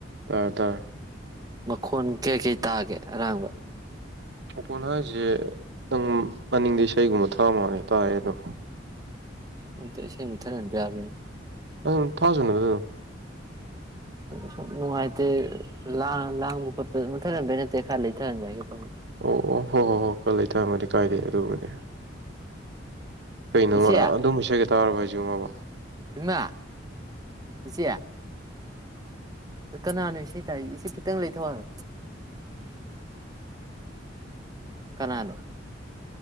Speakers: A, on the right; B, on the right.
A: ꯇꯥꯔꯦ ꯇꯥꯔꯦ
B: ꯃꯈꯣꯟ ꯀꯩ ꯀꯩ ꯇꯥꯒꯦ ꯑꯔꯥꯡꯕ
A: ꯑꯣꯄꯣꯟ ꯍꯥꯏꯔꯤꯁꯦ ꯅꯪ ꯃꯅꯤꯡꯗꯤ ꯏꯁꯩꯒꯨꯝꯕ ꯊꯥꯃꯅꯦ ꯇꯥꯏꯌꯦ ꯑꯗꯣ
B: ꯑꯃ ꯇ ꯏꯁꯧ ꯃꯨꯊꯠ ꯍꯟꯄ ꯌꯥꯕ
A: ꯑ ꯊꯥꯁꯨꯅ ꯗꯨꯝ
B: ꯁ ꯅꯨꯡꯉꯥꯏꯇꯦ ꯂ ꯂꯥꯡ ꯈꯣꯠ ꯃꯨꯊꯠꯍꯟꯕꯒꯤ ꯅꯠꯇꯦ ꯈꯔ ꯂꯩꯊꯍꯟꯕ ꯍꯥꯏꯒ ꯇꯧꯕꯅꯤ
A: ꯑꯣ ꯑꯣ ꯍꯣꯏ ꯍꯣꯏ ꯍꯣꯏ ꯈꯔ ꯂꯩꯊ ꯍꯟꯃꯗꯤ ꯀꯥꯏꯗꯦ ꯑꯗꯨꯔꯨꯕꯅꯦ ꯀꯩꯅꯣꯃ
B: ꯏꯆꯦ
A: ꯑꯗꯨꯝ ꯏꯁꯩꯒ ꯇꯥꯔꯕ ꯍꯥꯏꯁꯦ <unintelligible>
B: ꯏꯃꯥ ꯏꯆꯦ ꯀꯅꯥꯅꯣ ꯏꯁꯩ ꯇꯥꯏꯁꯦ ꯈꯤꯇꯪ ꯂꯩꯊꯧ ꯍꯥꯏꯌꯣ ꯀꯅꯥꯅꯣ